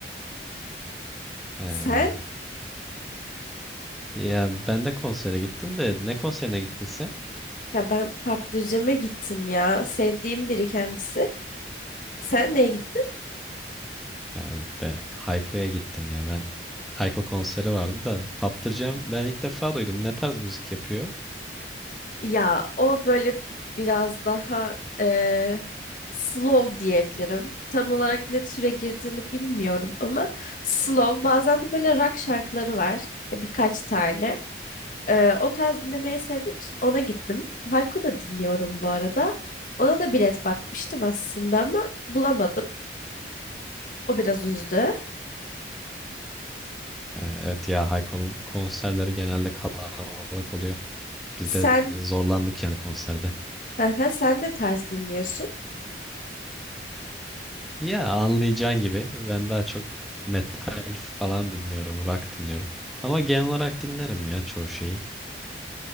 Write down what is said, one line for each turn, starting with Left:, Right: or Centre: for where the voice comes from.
Centre: Ee,
Left: Sen?
Centre: ya ben de konsere gittim de ne konserine gittin sen?
Left: Ya ben kaptırcama gittim ya. Sevdiğim biri kendisi. Sen neye gittin?
Centre: Ee, ben Hayko'ya gittim ya. Ben Hayko konseri vardı da Paptıracağım. Ben ilk defa duydum. Ne tarz müzik yapıyor?
Left: Ya o böyle biraz daha eee, slow diyebilirim. Tam olarak ne türe girdiğini bilmiyorum ama slow. Bazen de böyle rock şarkıları var. Ya birkaç tane. Eee, o tarz dinlemeyi sevdiğim için ona gittim. Hayko da dinliyorum bu arada. Ona da bilet bakmıştım aslında ama bulamadım. O biraz üzdü.
Centre: Ee, evet ya Hayko'nun konserleri genelde kalabalık oluyor. Biz de
Left: Sen,
Centre: zorlandık yani konserde.
Left: <laughs> sen ne tarz dinliyorsun?
Centre: Ya anlayacağın gibi ben daha çok metal falan dinliyorum, rock dinliyorum. Ama genel olarak dinlerim ya çoğu şeyi.